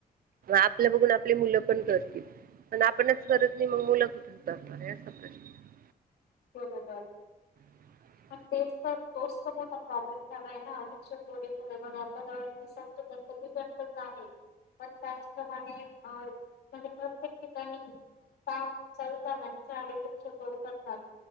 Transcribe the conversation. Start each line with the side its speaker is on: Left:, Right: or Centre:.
Right: आपलं बघून आपली मुलं पण करतील. पण आपणच करत नाही मग मुलं कुठून करणार आहे असा प्रश्न
Left: <inaudible>
Right: <inaudible>
Left: मग तेच तर तोच तर मोठा प्रॉब्लेम झालाय ना अनेकच्या कोडीमुळे बघा संत पूर्वी कडचणआहे पण त्याचप्रमाणे अ म्हणजे प्रत्येक ठिकाणी काम सारे वृक्ष तोड कर तात,